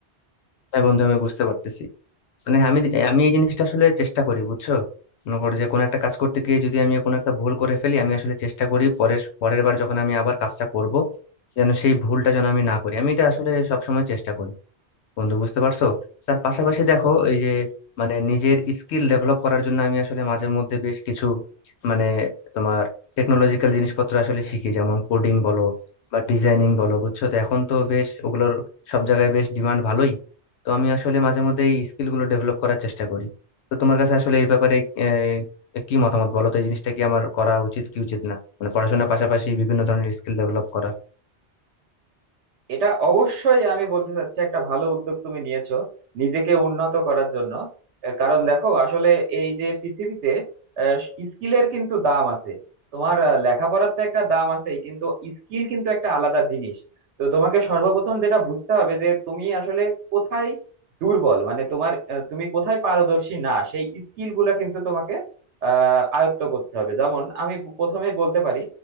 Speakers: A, on the left; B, on the right.
A: হ্যাঁ বন্ধু আমি বুঝতে পারতেছি মানে আমি আমি এই জিনিসটা আসলে চেষ্টা করি বুঝছো মনে করো যে কোনো একটা কাজ করতে গিয়ে যদি আমি কোনো একটা ভুল করে ফেলি আমি আসলে চেষ্টা করি পরের পরের বার যখন আমি আবার কাজটা করব যেন সেই ভুলটা যেন আমি না করি আমি এটা আসলে সবসময় চেষ্টা করি বন্ধু বুঝতে পারছো তার পাশাপাশি দেখো এই যে মানে নিজের স্কিল ডেভেলপ করার জন্য আমি আসলে মাঝে মধ্যে বেশ কিছু মানে তোমার টেকনোলজিক্যাল জিনিসপত্র আসলে শিখি যেমন কোডিং বলো বা ডিজাইনিং বলো বুঝছো তো এখন তো বেশ ওগুলোর সব জায়গায় বেশ ডিমান্ড ভালোই তো আমি আসলে মাঝে মধ্যে এই স্কিল গুলো ডেভেলপ করার চেষ্টা করি তো তোমার কাছে আসলে এই ব্যাপারে আহ, কি মতামত বলো তো এই জিনিসটা কি আমার করা উচিত কি উচিত না মানে পড়াশোনার পাশাপাশি বিভিন্ন ধরনের স্কিল ডেভেলপ করা
B: এটা অবশ্যই আমি বলতে চাচ্ছি একটা ভালো উদ্যোগ তুমি নিয়েছো নিজেকে উন্নত করার জন্য আহ, কারণ দেখো আসলে এই যে পৃথিবীতে স্কিলের কিন্তু দাম আছে তোমার আহ, লেখাপড়ার তো একটা দাম আছেই কিন্তু স্কিল কিন্তু একটা আলাদা জিনিস তো তোমাকে সর্বপ্রথম যেটা বুঝতে হবে যে তুমি আসলে কোথায় দুর্বল মানে তোমার আহ, তুমি কোথায় পারদর্শী না সেই স্কিল গুলা কিন্তু তোমাকে আহ আয়ত্ত করতে হবে যেমন আমি প্রথমেই বলতে পারি